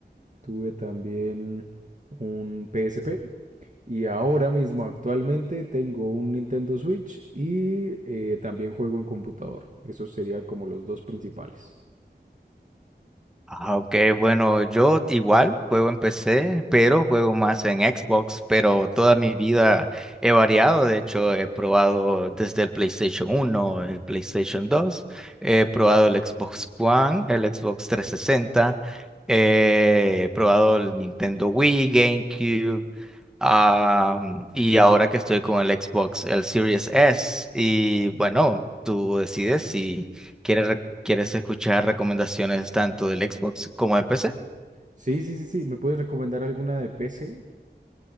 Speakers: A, on the right; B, in the centre.
A: tuve también un PSP y ahora mismo actualmente tengo un Nintendo Switch y eh, también juego en computador. Esos serían como los dos principales.
B: Ah, ok, bueno, yo igual juego en PC, pero juego más en Xbox, pero toda mi vida he variado, de hecho he probado desde el PlayStation uno, el PlayStation 2, he probado el Xbox One, el Xbox 360, eh, he probado el Nintendo Wii, GameCube, Ah, y ahora que estoy con el Xbox, el Series S, y
A: Ujú.
B: bueno, tú decides si quieres, re- quieres escuchar recomendaciones tanto del Xbox como de PC.
A: Sí, sí, sí, sí. ¿Me puedes recomendar alguna de PC?